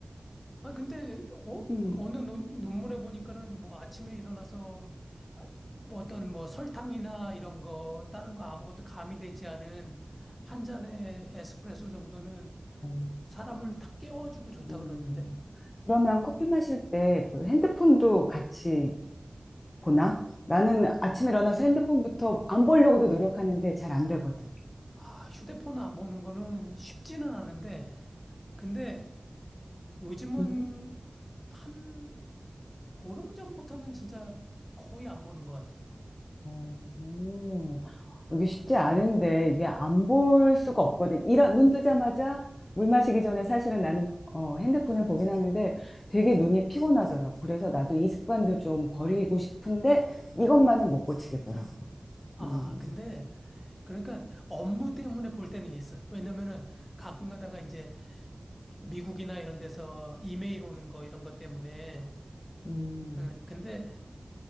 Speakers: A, on the left; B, on the left.
A: 아, 근데, 어,
B: 음.
A: 어느 논, 논문에 보니까는 뭐 아침에 일어나서 아, 뭐 어떤 뭐 설탕이나 이런 거, 다른 거 아무것도 가미되지 않은 한 잔의 에스프레소 정도는
B: 어,
A: 사람을 탁 깨워주고 좋다
B: 음.
A: 그러던데.
B: 그러면 커피 마실 때 그 핸드폰도 같이 보나? 나는 아침에 일어나서 핸드폰부터 안 보려고도 노력하는데 잘 안 되거든.
A: 아, 휴대폰 안 보는 거는 쉽지는 않은데, 근데 요즘은
B: 음.
A: 한 보름 전부터는 진짜 거의 안 보는 것 같아.
B: 어, 이게 쉽지 않은데 이게 안 볼 수가 없거든. 이런 눈 뜨자마자 물 마시기 전에 사실은 나는 어, 핸드폰을 보긴 하는데 되게 눈이 피곤하더라고. 그래서 나도 이 습관도 좀 버리고 싶은데 이것만은 못 고치겠더라고.
A: 아,
B: 음,
A: 근데 그러니까 업무 때문에 볼 때는 있어. 왜냐면은 가끔 가다가 이제 미국이나 이런 데서 이메일 오는 거 이런 것 때문에.
B: 음,
A: 음, 근데